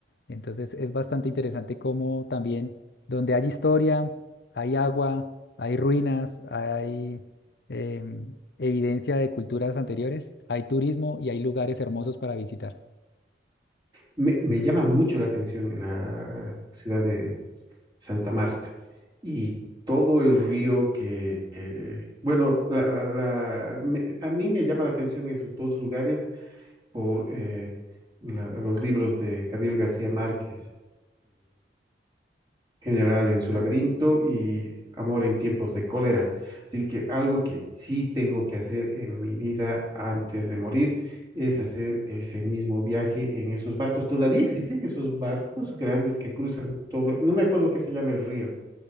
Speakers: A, on the left (about 60°); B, on the right (about 25°).
A: Entonces es bastante interesante cómo también donde hay historia, hay agua, hay ruinas, hay em, evidencia de culturas anteriores, hay turismo y hay lugares hermosos para visitar.
B: Me, me llama mucho la atención la ciudad de Santa Marta y todo el río que, eh, bueno, la- la- la- me- a mí me llama la atención esos dos lugares por eh, la- los libros de Gabriel García Márquez general en su laberinto y amor en tiempos de cólera. Así que algo que sí tengo que hacer en mi vida antes de morir es hacer ese mismo viaje en esos barcos. Todavía existen esos barcos grandes que cruzan todo, no me acuerdo qué se llama el río,